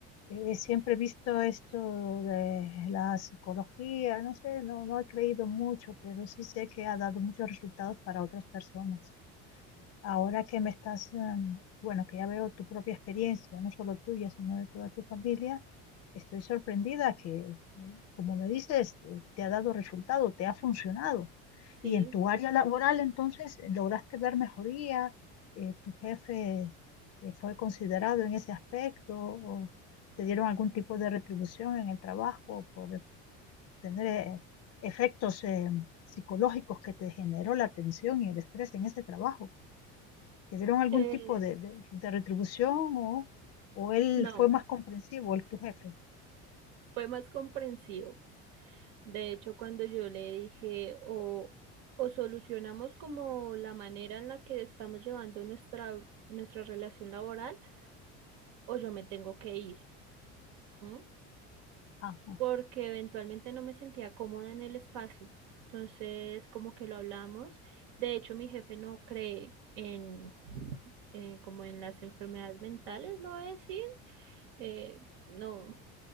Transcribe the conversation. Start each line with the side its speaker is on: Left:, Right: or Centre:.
Left: eh, siempre he visto esto de la psicología, no sé, no, no he creído mucho, pero sí sé que ha dado muchos resultados para otras personas. Ahora que me estás, em, bueno, que ya veo tu propia experiencia, no solo tuya, sino de toda tu familia, estoy sorprendida que, em, como me dices, eh, te ha dado resultado, te ha funcionado.
Right: ¿sí?
Left: Y en tu área laboral, entonces, eh, lograste ver mejoría, Eh, tu jefe eh, fue considerado en ese aspecto, o te dieron algún tipo de retribución en el trabajo por tener eh, efectos eh, psicológicos que te generó la tensión y el estrés en ese trabajo. ¿Te dieron algún
Right: Eh,
Left: tipo de, de- de retribución o, o él
Right: no,
Left: fue más comprensivo, el tu jefe?
Right: fue más comprensivo. De hecho, cuando yo le dije, o, o solucionamos como la manera en la que estamos llevando nuestra, nuestra relación laboral, o yo me tengo que ir, ¿m?
Left: Ajá.
Right: Porque eventualmente no me sentía cómoda en el espacio. Entonces, como que lo hablamos. De hecho, mi jefe no cree en, eh, como en las enfermedades mentales, lo voy a decir, eh, no,